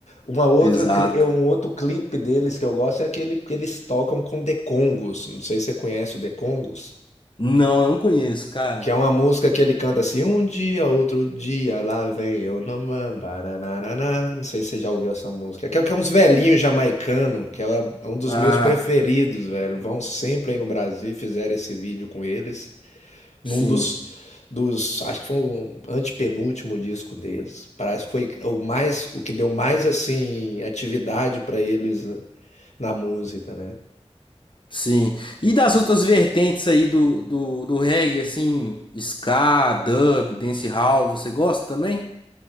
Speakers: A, on the left; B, on the left.
A: Uma outra,
B: Exato.
A: cli- é um outro clipe deles que eu gosto é aquele que eles tocam com The Congos. Não sei se você conhece o The Congos.
B: Não, não conheço, cara.
A: Que é uma música que ele canta assim, um dia, outro dia, lá vem eu, namam, baranananá. não sei se você já ouviu essa música. Que é, que é uns velhinhos jamaicano, que é um dos
B: Ah,
A: meus preferidos, velho. Vão sempre aí no Brasil, e fizeram esse vídeo com eles, num
B: sim,
A: dos, dos, acho que foi um antepenúltimo disco deles. Parece que foi o mais, o que deu mais, assim, atividade pra eles na música, né?
B: sim. E das outras vertentes aí do, do, do reggae, assim, ska, dub, dancehall, você gosta também?